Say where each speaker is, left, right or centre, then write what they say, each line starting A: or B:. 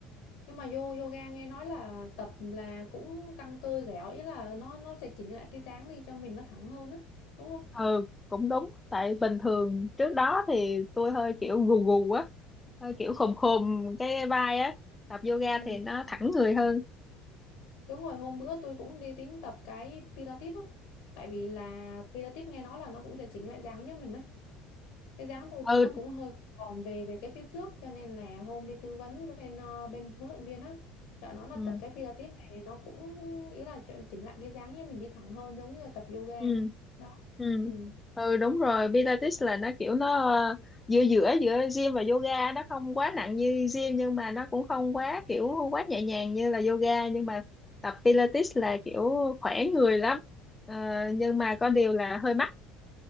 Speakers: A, on the left; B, on the left.
A: nhưng mà yo- yoga nghe nói là tập là cũng căng cơ dẻo ý là nó nó sẽ chỉnh lại cái dáng đi cho mình nó thẳng hơn á đúng không
B: ừ cũng đúng tại bình thường trước đó thì tôi hơi kiểu gù gù á hơi kiểu khùm khùm cái vai á tập yoga
A: Ừ,
B: thì nó thẳng người hơn
A: đúng rồi hôm bữa tôi cũng đi tính tập cái Pilates á tại vì là Pilates nghe nói là nó cũng sẽ chỉnh lại dáng cho mình á cái dáng tôi đi
B: ừ
A: nó cũng hơi còm về về cái phía trước cho nên là hôm đi tư vấn bên ờ, bên huấn luyện viên á thì họ nói là
B: ừ
A: tập cái Pilates này nó cũng ý là chu- chỉnh lại cái dáng như mình đi thẳng hơn giống như là tập yoga
B: ừ
A: đó
B: ừ
A: ừ.
B: ừ đúng rồi Pilates là nó kiểu nó ờ, giữa giữa giữa gym và yoga nó không quá nặng như gym nhưng mà nó cũng không quá kiểu không quá nhẹ nhàng như là yoga nhưng mà tập Pilates là kiểu khỏe người lắm Ờ, nhưng mà có điều là hơi mắc